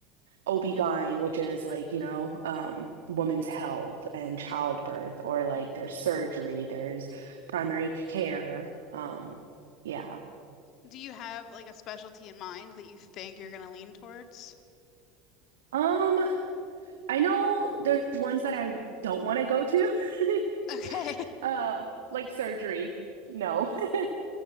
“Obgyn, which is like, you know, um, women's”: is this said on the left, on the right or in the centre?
Right